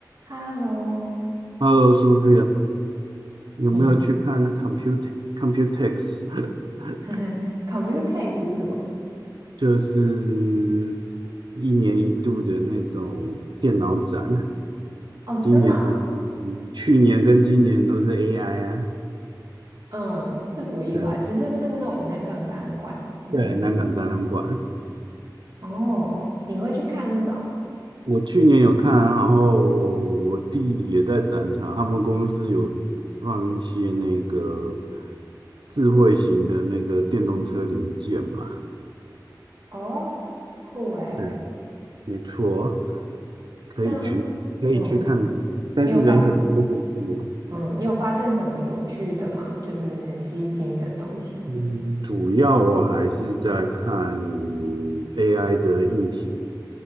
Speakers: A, on the right; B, on the right.
A: Hello，
B: Hello, s o p 有没有去看
A: 你
B: Compute r Computex？<laughs>
A: <laughs> Computex r t e 是什么？
B: 就是一年一度的那种电脑展，
A: 哦，
B: 今年的、
A: 真的啊
B: 去年跟今年都是 AI 啊。
A: 嗯，是不意外，
B: 对
A: 只是是那种南港展览馆那
B: 对，南港展览馆，
A: 哦，你会去看那种
B: 我去年有看啊然后我弟也在展场，他们公司有放一些那个智慧型的那个电动车零件吧。
A: 哦，酷诶，
B: 对，没错。可以去，
A: 这样，
B: 可以去看看，
A: 嗯，
B: 但是人很多就是了
A: 你有发现，嗯，你有发现什么有趣的吗？就是很吸睛的东西，
B: 嗯，主要我还是在看 AI 的硬体，